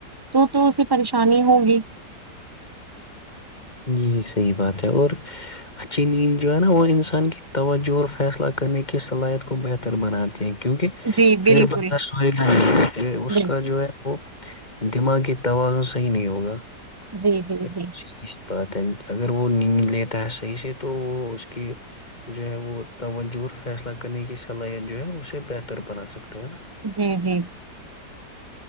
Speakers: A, on the right; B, on the left.
A: تو تو اسے پریشانی ہوں گی
B: جی جی صحیح بات ہے اور اچینین جو ہے نا وہ انسان کی توجہ اور فیصلہ کرنے کی صلاحیت کو بہتر بناتے ہیں کیونکہ
A: جی
B: اگر
A: بالکل
B: بندہ س اس
A: بالکل،
B: کا جو ہے وہ دماغی توازن صحیح نہیں ہوگا
A: جی جی
B: سیدھی
A: جی
B: سی بات ہے اگر وہ نیند لیتا ہے صحیح سے تو وہ اس کی جو ہے وہ توجہ فیصلہ کرنے کی صلاحیت جو ہے اسے بہتر بنا سکتا ہے نا
A: جی جی جی